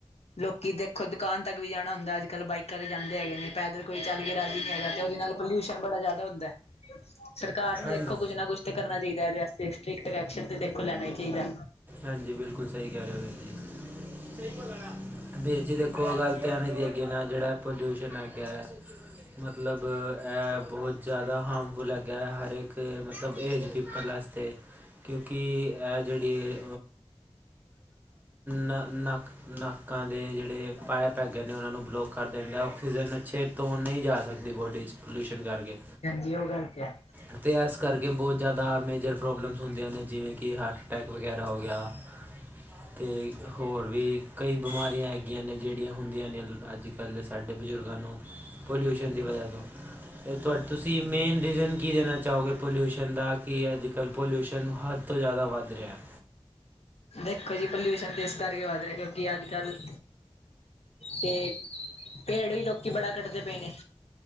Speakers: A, on the left; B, on the right.
A: ਲੋਕੀ ਦੇਖੋ ਦੁਕਾਨ ਤੱਕ ਵੀ ਜਾਣਾ ਹੁੰਦਾ, ਅੱਜ-ਕੱਲ੍ਹ ਬਾਈਕਾਂ ਤੇ ਜਾਂਦੇ ਹੈਗੇ ਨੇ। ਪੈਦਲ ਕੋਈ ਚੱਲ ਕੇ ਰਾਜ਼ੀ ਨਹੀਂ ਹੈਗਾ ਤੇ ਉਹਦੇ ਨਾਲ ਪੋਲਿਊਸ਼ਨ ਬੜਾ ਜ਼ਿਆਦਾ ਹੁੰਦਾ ਐ। ਸਰਕਾਰ ਨੂੰ
B: ਹਾਂਜੀ
A: ਦੇਖੋ ਕੁੱਝ ਨਾ ਕੁੱਛ ਤਾਂ ਕਰਨਾ ਚਾਹੀਦਾ ਇਹਦੇ ਸਟ੍ਰਿਕਟ ਕੈਕਸ਼ਨ ਤੇ ਦੇਖੋ ਲੈਣਾ ਹੀ ਚਾਹੀਦਾ।
B: ਹਾਂਜੀ ਬਿਲਕੁਲ ਸਹੀ ਕਹਿ ਰਹੇ ਹੋ। ਵੀਰ ਜੀ, ਵੀਰ ਜੀ ਦੇ ਇੱਕੋ ਗੱਲ ਧਿਆਨ ਦੀ ਅੱਗੇ ਨਾ ਜਿਹੜਾ ਪੋਲਿਊਸ਼ਨ ਹੈਗੇ ਮਤਲਬ ਬਹੁਤ ਜ਼ਿਆਦਾ ਹਾਰਮਫੁਲ ਹੈਗਾ ਐ। ਹਰ ਇੱਕ ਕਿ ਮਤਲਬ ਏਜ ਪੀਪਲ ਵਾਸ ਕਿਉਂਕਿ ਇਹ ਜਿਹੜੀ ਨਾ, ਨਾ ਨਾਕਾਂ ਦੇ ਜਿਹੜੇ ਪਾਇਪ ਹੈਗੇ ਨੇ ਉਹਨਾਂ ਨੂੰ ਬਲੋਕ ਕਰ ਦਿੰਦਾ। ਆਔਕਸੀਜਨ ਅੱਛੇ ਧੋਣ ਨਹੀਂ ਜਾ ਸਕਦੀ ਬੋਡੀ 'ਚ ਪੋਲਿਊਸ਼ਨ ਕਰਕੇ।
A: <inaudible>
B: ਅਤੇ ਇਸ ਕਰਕੇ ਬਹੁਤ ਜ਼ਿਆਦਾ ਮੇਜਰ ਪ੍ਰੋਬਲਮਸ ਹੁੰਦੀਆਂ ਨੇ। ਜਿਵੇਂ ਕਿ, ਹਾਰਟ ਅਟੈਕ ਵਗੈਰਾ ਹੋ ਗਿਆ। ਅਤੇ ਹੋਰ ਵੀ ਕਈ ਬਿਮਾਰੀਆਂ ਹੈਗੀਆਂ ਨੇ ਜਿਹੜੀਆਂ ਹੁੰਦੀਆਂ ਨੇ ਅੱਜ-ਕੱਲ੍ਹ। ਸਾਡੇ ਬਜ਼ੁਰਗਾਂ ਨੂੰ ਪੋਲਿਊਸ਼ਨ ਦੀ ਵਜ੍ਹਾ ਤੋਂ ਅਤੇ ਤੁਹਾਡ ਤੁਸੀਂ ਮੇਨ ਰੀਜ਼ਨ ਕੀ ਦੇਣਾ ਚਾਹੋਗੇ ਪੋਲਿਊਸ਼ਨ ਦਾ? ਕਿ ਅੱਜ-ਕੱਲ੍ਹ ਪੋਲਿਊਸ਼ਨ ਹੱਦ ਤੋਂ ਜ਼ਿਆਦਾ ਵੱਧ ਰਿਹਾ। ਹੈ
A: ਦੇਖੋ ਜੀ, ਪੋਲਿਊਸ਼ਨ ਤੇ ਇਸ ਕਰਕੇ ਵੱਧ ਰਿਹਾ ਕਿਉਂਕਿ ਅੱਜ-ਕੱਲ੍ਹ ਤੇ ਭੇੜੇ ਵੀ ਲੋਕੀ ਬੜਾ ਕੱਢਦੇ ਪਏ ਨੇ।